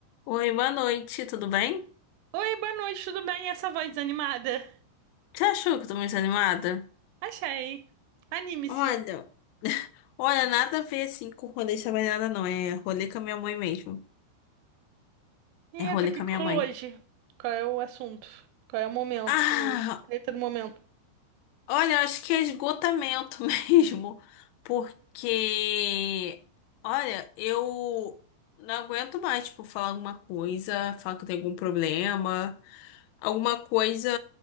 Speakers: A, on the left (about 85°); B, on the right (about 85°).
A: Oi, boa noite, tudo bem?
B: Oi, boa noite, tudo bem? E essa voz desanimada?
A: Você achou que eu tô muito animada?
B: Achei. Anime-se.
A: Olha, olha, nada a ver assim com rolê de nada não. É rolê com a minha mãe mesmo.
B: Eita,
A: É rolê
B: o que
A: com
B: que
A: a minha
B: rolou
A: mãe.
B: hoje? Qual é o assunto? Qual é o momento?
A: Ah,
B: O treta do momento.
A: Olha, eu acho que é esgotamento <laughs> mesmo, porque, olha, eu não aguento mais, tipo, falar alguma coisa, falar que eu tenho algum problema, alguma coisa